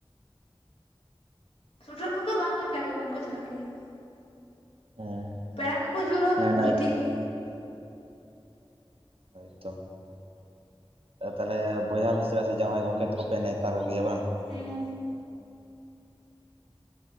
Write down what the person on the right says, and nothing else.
ᱦᱮᱸ
ᱱᱟᱭ
ᱦᱳᱭ ᱛᱚ ᱾ ᱟᱨ ᱛᱟᱦᱚᱞᱮ ᱵᱚᱭᱦᱟ ᱢᱤᱥᱨᱟ ᱥᱮ ᱡᱟᱶᱟᱭ ᱜᱚᱝᱠᱮᱛ ᱠᱚᱯᱮ ᱱᱮᱣᱛᱟ ᱠᱚᱜᱮᱭᱟ ᱵᱟᱝ?